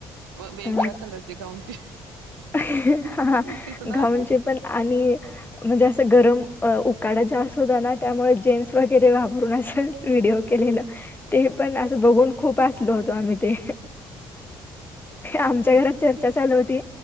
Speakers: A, on the right (about 80°); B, on the left (about 15°).
A: वेगवेगळ्या
B: अ
A: कलरचे गाऊनची
B: ह हाहा
A: तिथ ना
B: घाऊनचे पण आणि म्हणजे असं गरम उकाडा जास्त होता ना त्यामुळे जेन्स वगैरे वापरून नाही शक व्हिडिओ केलेलं ते पण असं बघून खूप हसलो होतो आम्ही ते. आमच्या घरात चर्चा चालू होती